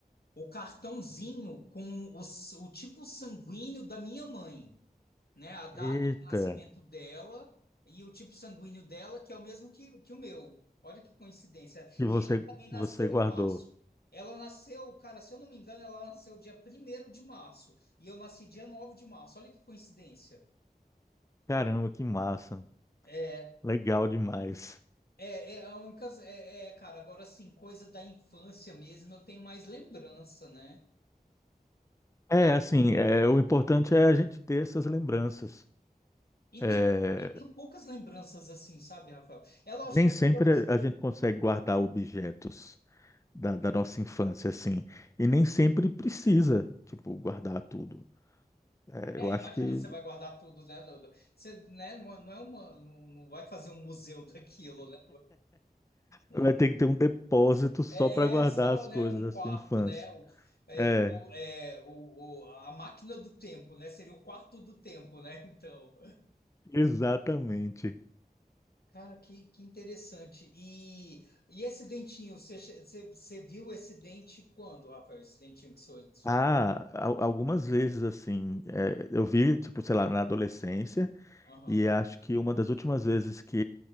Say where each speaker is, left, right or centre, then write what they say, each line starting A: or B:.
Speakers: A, on the left (about 75°); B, on the left (about 20°).
A: o cartãozinho com o, s- o tipo sanguíneo da minha mãe, né? A data
B: Eita.
A: de nascimento dela e o tipo sanguíneo dela, que é o mesmo que, que o meu. Olha que coincidência.
B: E você,
A: E ela também nasceu
B: você guardou.
A: em março. Ela nasceu, cara, se eu não me engano, ela nasceu dia primeiro de março. E eu nasci dia 9 de março. Olha que coincidência.
B: Caramba, que massa.
A: É,
B: Legal demais.
A: É, é a única. É, é, cara, agora assim, coisa da infância mesmo, eu tenho mais lembrança, né?
B: É,
A: É.
B: assim, é, o importante é a gente ter essas lembranças.
A: E
B: É,
A: tem e tenho poucas lembranças assim, sabe, Rafael? É lógico
B: nem sempre
A: que. eu-
B: a gente consegue guardar objetos da, da nossa infância, assim. E nem sempre precisa, tipo, guardar tudo. É,
A: É,
B: eu acho
A: imagina,
B: que
A: você vai guardar tudo, né? Duda? Você, né, não, é- não é uma. Não, não vai fazer um museu <laughs> daquilo, né? Um-
B: vai ter que ter um depósito só
A: é
B: para guardar
A: só,
B: as
A: né,
B: coisas
A: um
B: da
A: quarto,
B: sua infância.
A: né? O, é,
B: É,
A: o, é, o, o- a máquina do tempo, né? Seria o quarto do tempo, né? Então.
B: exatamente.
A: Cara, que, que interessante. E, e esse dentinho, você, che- você, você viu esse dente quando, Rafael? Esse dentinho que sou, sou...
B: Ah, al- algumas vezes assim, é, eu vi, tipo, sei lá, na adolescência,
A: Aham.
B: e acho que uma das últimas vezes que